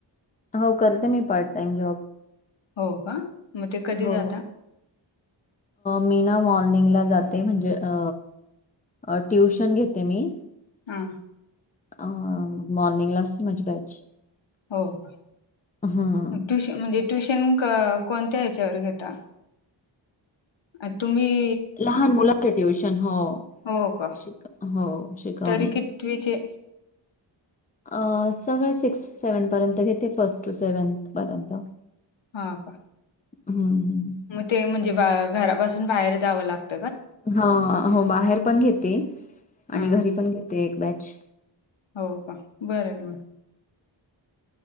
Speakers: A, on the left; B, on the left.
A: हो करते मी पार्ट टाइम जॉब.
B: हो का? मग ते कधी
A: हो
B: जाता?
A: मी ना मॉर्निंगला जाते. म्हणजे अ अ ट्युशन घेते मी.
B: हा.
A: अ मॉर्निंगला च माझी बॅच.
B: हो का?
A: हं.
B: ट्युश म्हणजे ट्युशन क कोणत्या ह्याच्यावर घेता? आ तुम्ही- -
A: लहान मुलांचे ट्युशन. हो
B: हो का?
A: श हो शिकवणी.
B: तरी कितवीचे?
A: अ सगळे सिक्स सेव्हन पर्यंत घेते. फर्स्ट टू सेव्हनथ पर्यंत.
B: हा का?
A: हम्म हम्म.
B: ते म्हणजे घरापासून बाहेर जाव लागत.
A: हा हो बाहेर पण घेते. आणि
B: हां.
A: घरी पण घेते. एक बॅच.
B: हो का? बरय की म.